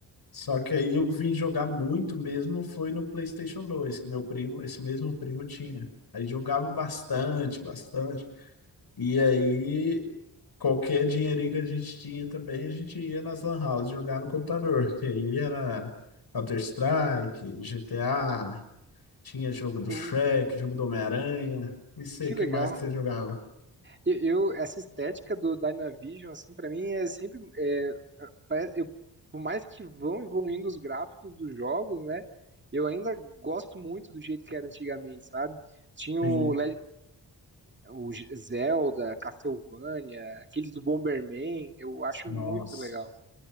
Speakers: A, on the left (about 60°); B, on the right (about 25°).
A: Só que aí eu vim jogar muito mesmo foi no PlayStation 2, que meu primo, esse mesmo primo tinha. Aí jogava bastante, bastante. E aí qualquer dinheirinho que a gente tinha também, a gente ia nas lan house jogar no computador, que aí era Counter-Strike, GTA, tinha jogo do
B: pô,
A: Shrek, jogo do Homem-Aranha. E sei,
B: que
A: o que
B: legal.
A: mais que você jogava?
B: Eu, eu- essa estética do Dynavision, assim, para mim é sempre, é, parece- eu, por mais que vão evoluindo os gráficos dos jogos, né? Eu ainda gosto muito do jeito que era antigamente, sabe? Tinha
A: Sim.
B: o, o Zelda, Castlevania, aquele do Bomberman, eu acho
A: Nossa,
B: muito legal.